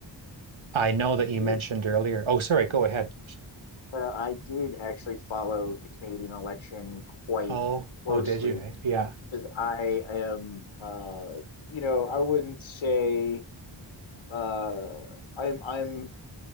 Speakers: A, on the right; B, on the left.
A: I know that
B: It
A: you
B: did,
A: mentioned earlier. Oh, sorry, go ahead.
B: but I did actually follow the Canadian election quite
A: Oh,
B: closely
A: oh, did you? Hey, yeah.
B: because I am, uh, you know, I wouldn't say. Uh, I'm I'm